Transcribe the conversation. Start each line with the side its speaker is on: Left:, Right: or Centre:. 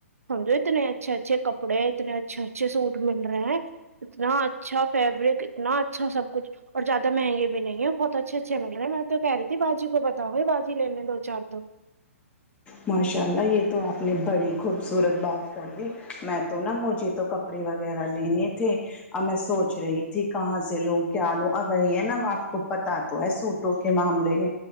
Right: سمجھوں اتنے اچھے اچھے کپڑے ہیں اتنے اچھے اچھے سوٹ مل رہے اتنا اچھا فیبرک اتنا اچھا سب کچھ اور زدہ مہنے بھی نہیں ہے بہت اچھے اچھے مل رہے میں تو کہہی تھی باجی کو بتاؤ باجی لے دو چار تو
Left: ماشاء اللہ یہ تو آپ نے بڑی خوبصورت بات کر دی میں تو تو نا مجھے تو کپڑے وغیرہ لینے تھے اور میں سوچ رہی تھی کہاں سے لوں کیا لوں اور وہی ہے نا آپ کو پتا تو ہے سو ٹو کے معاملے میں